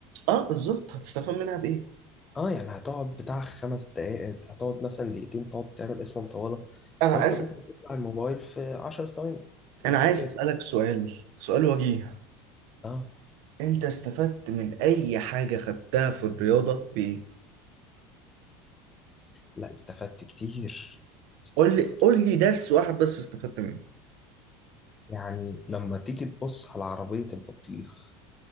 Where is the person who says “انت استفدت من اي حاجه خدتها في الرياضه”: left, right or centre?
Right